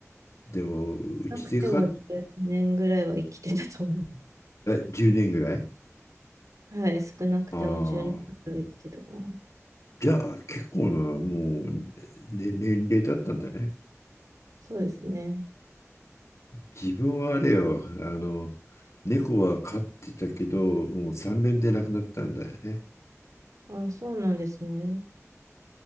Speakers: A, on the left (about 70°); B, on the right (about 85°).
A: でも、うちで飼っ
B: なくても十年ぐらいは生きてたと思いま
A: た10年ぐらい
B: す。はい、少なくても10年ぐらいは生きてたかな。
A: ああ。じゃあ、結構な、もう、ね、年齢だったんだね。
B: そうですね。
A: 自分はあれよ、あの、猫は飼ってたけど、もう3年で亡くなったんだよね。
B: ああ、そうなんですね。